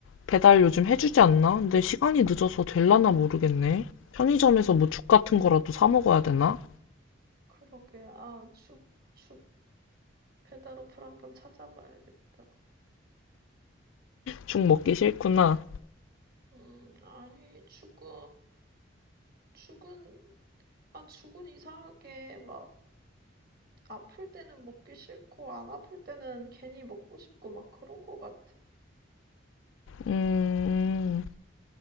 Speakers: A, on the left (about 80°); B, on the right (about 50°).
A: 배달 요즘 해주지 않나? 근데 시간이 늦어서 될라나 모르겠네. 편의점에서 뭐 죽 같은 거라도 사 먹어야 되나?
B: 그러게. 아, 죽, 죽 배달 어플 한번 찾아봐야겠다.
A: 죽 먹기 싫구나.
B: 음, 아니, 죽은 죽은 아 죽은 이상하게 막 아플 때는 먹기 싫고 안 아플 때는 괜히 먹고 싶고 막 그런 거 같아.
A: 음.